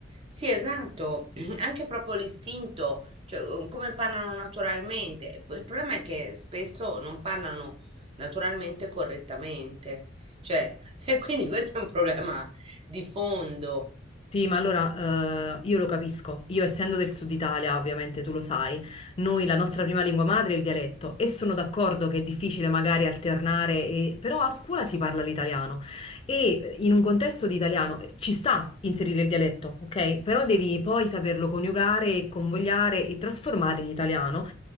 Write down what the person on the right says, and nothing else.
Sì, esatto, <clears throat> anche proprio l'istinto, cioè eh, come parlano naturalmente. Il problema è che spesso non parlano naturalmente e correttamente. Cioè, <laughs> e quindi questo è un problema di fondo,